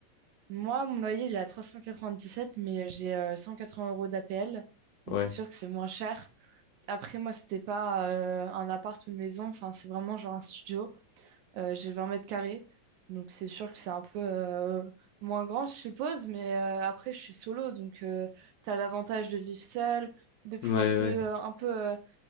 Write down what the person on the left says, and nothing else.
Ouais,
ouais,
ouais,